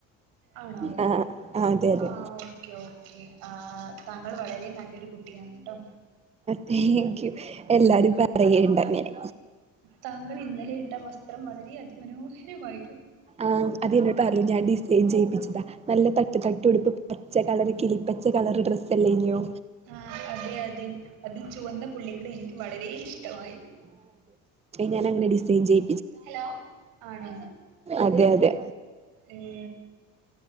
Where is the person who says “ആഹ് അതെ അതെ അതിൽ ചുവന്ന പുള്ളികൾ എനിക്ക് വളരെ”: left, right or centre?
Right